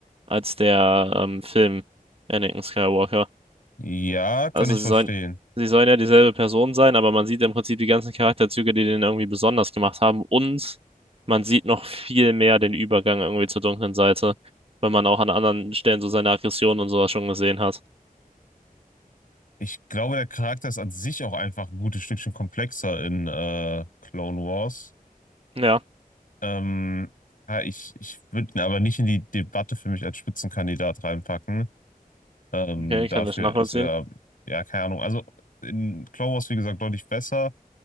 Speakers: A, on the right; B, on the left.
A: als der ähm, Film Anakin Skywalker.
B: Ja, kann
A: Also
B: ich
A: sie
B: verstehen.
A: sollen, sie sollen ja dieselbe Person sein, aber man sieht im Prinzip die ganzen Charakterzüge, die den irgendwie besonders gemacht haben. Und man sieht noch viel mehr den Übergang irgendwie zur dunklen Seite, weil man auch an anderen Stellen so seine Aggressionen und sowas schon gesehen hat.
B: Ich glaube, der Charakter ist an sich auch einfach ein gutes Stückchen komplexer in äh, Clone Wars.
A: Ja,
B: Ähm, ja, ich ich würde ihn aber nicht in die Debatte für mich als Spitzenkandidat reinpacken. Ähm,
A: okay,
B: dafür
A: kann ich nachvollziehen.
B: ist er, ja, keine Ahnung. Also in Clone Wars, wie gesagt, deutlich besser,